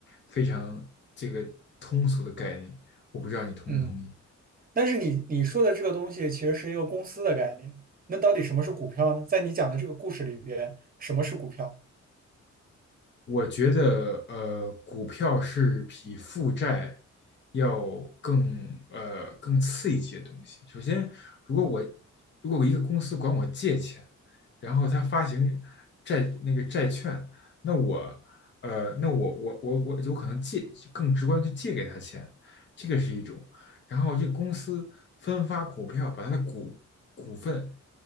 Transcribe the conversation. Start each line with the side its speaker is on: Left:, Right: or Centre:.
Left: 非常这个通俗的概念，我不知道你同不同意。
Right: 嗯，但是你你说的这个东西其实是一个公司的概念，那到底什么是股票呢？在你讲的这个故事里边，什么是股票？
Left: 我觉得，呃，股票是比负债要更呃更刺激的东西。首先，如果我如果我一个公司管我借钱，然后他发行债那个债券，那我呃那我我我我有可能借更直观去借给他钱，这个是一种。然后这个公司分发股票，把他的股股份